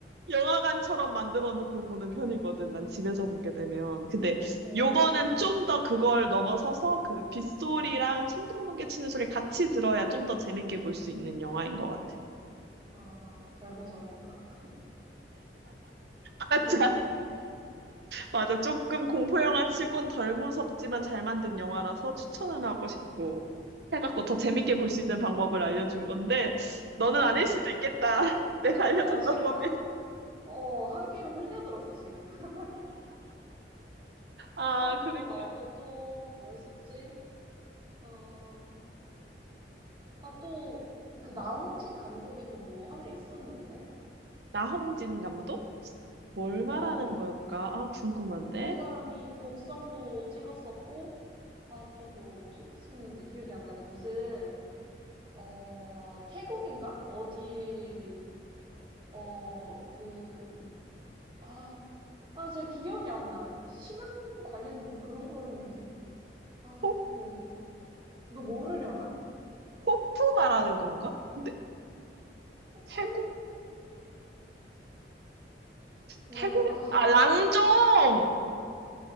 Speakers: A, on the right; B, on the right.
A: 영화관처럼 만들어 놓고 보는 편이거든. 난 집에서 보게 되면. 근데
B: 오,
A: 요거는 좀 더 그걸 넘어서서 그 빗소리랑 천둥번개 치는 소리 같이 들어야 좀 더 재밌게 볼 수 있는 영화인 것 같아.
B: 아, 덜 무서우니까.
A: <laughs> 맞아.
B: <laughs>
A: 맞아. 조금 공포 영화 치곤 덜 무섭지만 잘 만든 영화라서 추천은 하고 싶고 해갖고 더 재밌게
B: 대박이다.
A: 볼 수 있는 방법을 알려준 건데 너는
B: 응, 응.
A: 아닐 수도 있겠다. <laughs> 내가 알려준
B: 어, 지금
A: 방법이.
B: 한, 어, 한 귀로 흘려들었어, 지금. <laughs>
A: 아,
B: 아,
A: 그랬구나.
B: 그거 말고 또 뭐 있었지? 어, 아, 또, 그 나홍진 감독이 또 뭐 하나 있었는데.
A: 나홍진 감독? 뭘 말하는
B: 어,
A: 걸까? 아, 궁금한데.
B: 그 사람이 곡성도 찍었었고, 아, 또 뭐 찍었었는데 기억이 안 나네. 무슨, 어, 태국인가? 어디, 어, 그, 아, 아, 제가 기억이 안 나. 신앙 관련된 뭐 그런 거였는데. 아,
A: 호프?
B: 그, 너 모르려나?
A: 호프 말하는 건가? 근데
B: 코프?
A: 태국?
B: 뭐,
A: 태국인?
B: 뭐, 아,
A: 아, 랑종!